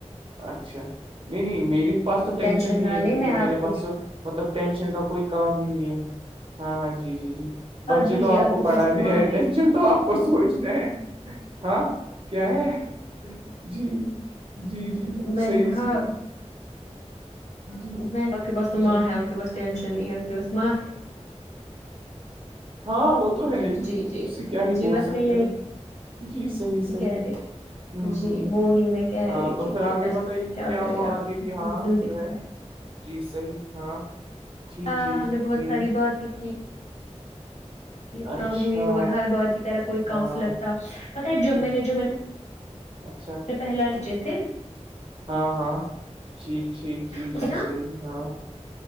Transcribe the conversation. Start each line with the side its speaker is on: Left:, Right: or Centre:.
Right: اچھا نہیں نہیں میرے پاس
Left: آپ
Right: تو ٹینشن نہیں
Left: نہ
Right: ہے کیونکہ
Left: لیں میں
Right: میرے
Left: آپ کو
Right: پاس تو مطلب ٹینشن کا کوئی کام ہی نہیں ہے ہاں ہاں جی جی جی بچے
Left: جی جی
Right: تو آپ کو
Left: کے
Right: پڑھانے
Left: پاس تو ماں
Right: ہیں
Left: ہے
Right: تو آپ کو سوچنا ہے ہاں کیا ہے جی جی جی
Left: میں
Right: صحیح
Left: نے کہا
Right: صحیح جی
Left: نہیں آپ کے پاس تو ماں
Right: جی
Left: ہے آپ کے پاس ٹینشن نہیں ہے آپ کے پاس ماں ہے
Right: ہاں وہ تو ہے
Left: جی
Right: ہی
Left: جی جی
Right: اس سے کیا ہی
Left: جی
Right: بول
Left: بس
Right: سکتے
Left: میں یہی
Right: ہیں جی صحیح صحیح
Left: کہہ رہی
Right: ہوں
Left: جی
Right: ہ
Left: وہی میں کہہ
Right: ہاں
Left: رہی
Right: تو
Left: تھی
Right: پھر
Left: کہ
Right: آگے
Left: بس
Right: بتائیے کہ کیا
Left: کرے
Right: ہوا
Left: اب
Right: آگے بھی ہاں
Left: زندگی
Right: جو ہے جی صحیح ہاں ٹھیک
Left: ہاں
Right: ٹھیک
Left: ہم نے بہت
Right: ہوں
Left: ساری باتیں کی کاام
Right: اچھا
Left: ہوئی اور ہر بار کی طرح کوئی
Right: ہاں
Left: کانسلر تھا پت ہے
Right: اچھا
Left: جب میں نے جو میں نے
Right: اچھا
Left: پہلالچے تھے
Right: ہاں ہاں ٹھیک ٹھیک جی
Left: اس
Right: جی
Left: نا
Right: صحیح ہاں